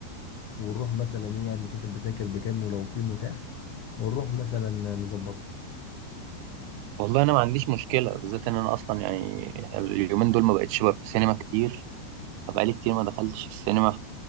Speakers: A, on the left; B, on the right.
A: ونروح مثلا ايه يعني نشوف الدساكر بكام ولو في متاح ونروح مثلا نظبطها
B: والله انا ما عنديش مشكلة بالذات ان انا اصلا يعني اليومين دول ما بقتش بروح السينما كتير فبقالي كتير ما دخلتش السينما